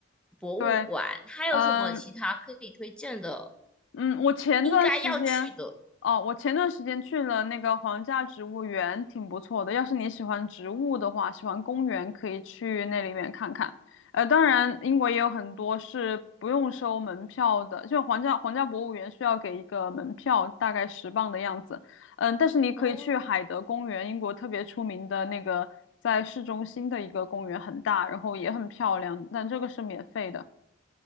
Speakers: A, in the centre; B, on the left.
A: 博物馆，
B: 对，
A: 还有什么其他可以推荐的？
B: 嗯，嗯，我前段时间，
A: 应该要去的
B: 哦，我前段时间去了那个皇家植物园，挺不错的。要是你喜欢植物的话，喜欢公园，可以去那里面看看。呃，当然，英国也有很多是不用收门票的，就皇家皇家博物园需要给一个门票，大概十磅的样子。嗯，但是你可以去海德公园，
A: 哦
B: 英国特别出名的那个，在市中心的一个公园，很大，然后也很漂亮，但这个是免费的。